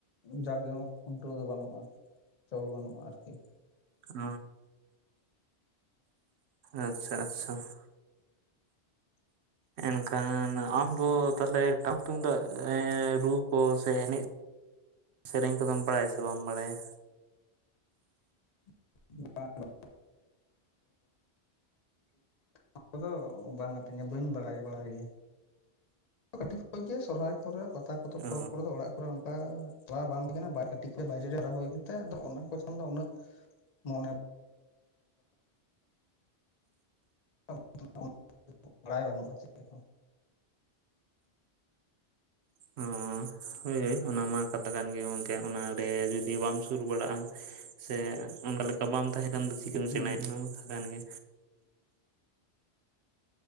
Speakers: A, on the left (about 40°); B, on the right (about 80°).
A: ᱡᱟᱠ ᱡᱚᱢᱚᱠ ᱠᱷᱩᱱᱴᱟᱹᱣ ᱫᱚ ᱵᱟᱹᱱᱩᱜᱼᱟ ᱪᱚᱞ ᱵᱟᱹᱱᱩᱜᱼᱟ ᱟᱨᱠᱤ ᱾
B: ᱚ ᱟᱪᱪᱷᱟ, ᱟᱪᱪᱷᱟ ᱾
A: <inaudible>
B: ᱮᱱᱠᱷᱟᱱ ᱟᱢ ᱫᱚ ᱛᱟᱦᱚᱞᱮ ᱴᱟᱢᱟᱠ ᱛᱩᱢᱫᱟᱜ ᱨᱩ ᱠᱚ ᱥᱮ ᱮᱱᱮᱡ ᱥᱮᱨᱮᱧ ᱠᱚᱫᱚᱢ ᱵᱟᱲᱟᱭᱟ ᱥᱮ ᱵᱟᱢ ᱵᱟᱲᱟᱭᱟ?
A: <unintelligible> ᱚᱱᱟ ᱠᱚᱫᱚ ᱵᱟᱝ ᱟᱹᱛᱤᱧᱟ ᱵᱟᱹᱧ ᱵᱟᱲᱟᱭᱟ ᱵᱟᱲᱟᱭ ᱜᱮ ᱾ ᱠᱟᱹᱴᱤᱡ ᱠᱷᱚᱡᱽ ᱜᱮ ᱥᱚᱨᱦᱟᱭ ᱠᱚᱨᱮ ᱯᱟᱛᱟ ᱠᱚᱫᱚ
B: ᱚ
A: ᱯᱚᱨᱚᱵᱽ ᱠᱚᱨᱮ ᱫᱚ ᱚᱲᱟᱜ ᱚᱱᱠᱟ ᱪᱟᱞᱟ ᱵᱟᱝ ᱦᱩᱭ ᱟᱠᱟᱱᱟ ᱠᱟᱹᱴᱤᱡ ᱠᱷᱚᱡᱽ ᱵᱟᱭᱨᱮ ᱦᱟᱨᱟ ᱦᱩᱭ ᱠᱟᱱᱛᱮ ᱚᱱᱟᱠᱚ ᱪᱮᱛᱟᱱ ᱫᱚ ᱩᱱᱟᱹᱜ ᱢᱚᱱᱮ ᱾ <unintelligible> ᱵᱟᱲᱟᱭ ᱵᱟᱹᱱᱩᱜᱼᱟ ᱪᱮᱜ ᱦᱮᱸ ᱾
B: ᱦᱚᱸ ᱦᱮᱸ ᱦᱳᱭ ᱚᱱᱟ ᱢᱟ ᱠᱟᱛᱷᱟ ᱠᱟᱱᱜᱮ ᱜᱚᱝᱠᱮ ᱚᱱᱟᱨᱮ ᱡᱩᱫᱤ ᱵᱟᱢ ᱥᱩᱨ ᱵᱟᱲᱟᱜᱼᱟ ᱾ ᱥᱮ ᱚᱱᱟ ᱞᱮᱠᱟ ᱵᱟᱢ ᱛᱟᱦᱮᱸ ᱠᱷᱟᱱ ᱫᱚ ᱪᱤᱠᱟᱹᱢ
A: ᱦᱩᱸ
B: ᱥᱮᱬᱟᱭᱟ ᱚᱱᱟ ᱢᱟᱱ ᱠᱷᱟᱱ ᱜᱮ